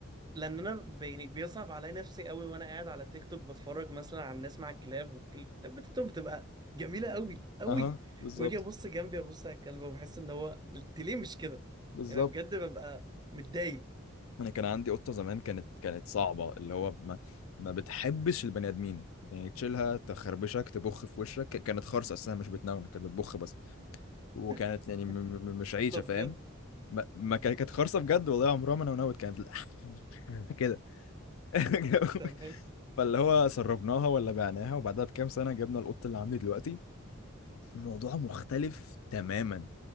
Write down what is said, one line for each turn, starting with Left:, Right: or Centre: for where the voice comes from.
Right: لان انا ب- يعني بيصعب عليا نفسي قوي وانا قاعد على تيك توك بتفرج مثلا على الناس مع الكلاب والكلاب بتاعتهم بتبقى جميلة قوي قوي
Left: <laughs> اها بالظبط
Right: واجي ابص جنبي ابص على الكلبة وبحس ان هو انت ليه مش كده
Left: بالظبط
Right: يعني بجد ببقى متضايق
Left: انا كان عندي قطه زمان كانت كانت صعبه اللي هو ما ما بتحبش البني ادمين يعني تشيلها تخربشك تبخ في وشك ك- كانت خرصه اساسا مش بتنونة كانت بتبخ بس وكانت
Right: <laughs>
Left: يعني م م م- مش عايشه
Right: ده بجد
Left: فاهم ما, ما كان- كانت خرصه بجد والله عمرها ما نونت كانت بتل- <laughs> كده <laughs>
Right: تمام
Left: فاللي هو سربناها ولا بعناها وبعدها بكام سنة جبنا القط اللي عندي دلوقتي الموضوع مختلف تماما